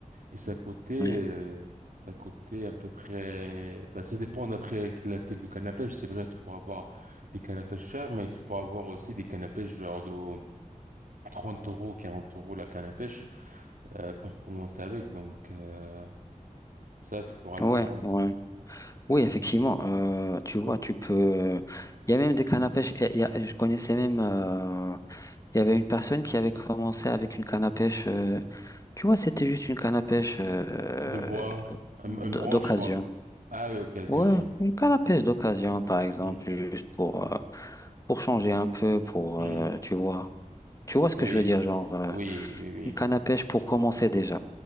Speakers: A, on the right (about 80°); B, on the left (about 25°).
A: Et ça coûtait, euh,
B: ouais,
A: ça coûtait à peu près, bah, ça dépend d'après quel type de canne à pêche. C'est vrai, tu pourras avoir des cannes à pêche chères, mais tu pourras avoir aussi des cannes à pêche genre de, 30 euros, 40 euros la canne à pêche euh, pour commencer avec. Donc, euh, ça, tu pourras le
B: ouais.
A: faire aussi.
B: ouais. Oui, effectivement,
A: Mm.
B: euh, tu vois, tu peux. Il y a même des cannes à pêche. il y a- il y a- je connaissais même. euh, Il y avait une personne qui avait commencé avec une canne à pêche. euh, Tu vois, c'était juste une canne à pêche euh,
A: De bois, un,
B: d'o-
A: un branche,
B: d'occasion.
A: quoi. Ah oui, occasion,
B: Ouais,
A: oui.
B: une canne à pêche d'occasion, par exemple,
A: Mm.
B: juste pour, euh, pour changer un peu, pour,
A: Mm.
B: euh, tu vois. Tu vois ce que
A: Oui,
B: je veux dire, genre, euh,
A: oui, oui, oui.
B: une canne à pêche pour commencer déjà.